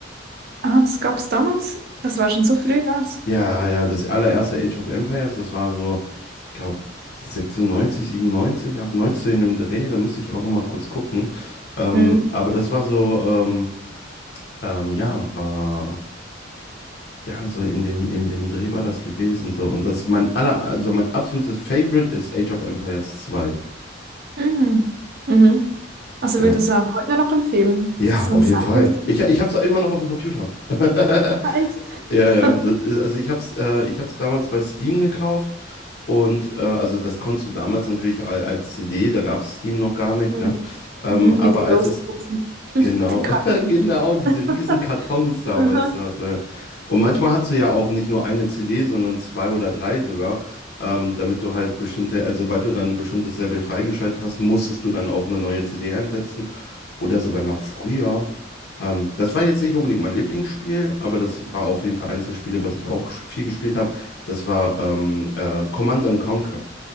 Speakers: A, on the right; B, on the left.
A: Ah, das gab es damals. Das war schon so früh, ja.
B: Ja, ja, das allererste Age of Empires, das war so, ich glaube, 96, 97, 98 in dem Dreh, da müsste ich auch nochmal kurz gucken. Ähm,
A: Mhm.
B: aber das war so, ähm, ähm, ja, äh, ja, so in dem, in dem Dreh war das gewesen. So. Und das mein aller, also mein absolutes Favorite ist Age of Empires zwei.
A: Mhm. Mhm. Also
B: Ja.
A: würdest du auch heute noch empfehlen?
B: Ja,
A: Das ist so
B: auf
A: ein zeitloses
B: jeden Fall. Ich, ich hab's immer noch auf dem Computer. <laughs>
A: Ah, echt?
B: Ja, ja.
A: <laughs>
B: Das ist- Also ich hab's, äh, ich hab's damals bei Steam gekauft und äh, also das konntest du damals natürlich a- als CD, da gab's Steam noch gar nicht,
A: Mhm.
B: ne? Ähm,
A: Mhm.
B: aber
A: Mit den
B: als
A: großen
B: es
A: Buchsen,
B: Genau,
A: den Karten.
B: <laughs> genau, diese
A: <laughs>
B: riesen Kartons damals
A: Aha.
B: noch. äh. Und manchmal hast du ja auch nicht nur eine CD, sondern zwei oder drei sogar, ähm, damit du halt bestimmte, also sobald du dann ein bestimmtes Level freigeschaltet hast, musstest du dann auch eine neue CD einsetzen oder sogar noch früher. Ähm, das war jetzt nicht unbedingt mein Lieblingsspiel, aber das war auf jeden Fall eins der Spiele, was ich auch ges- viel gespielt habe. Das war ähm, äh, Command and Conquer.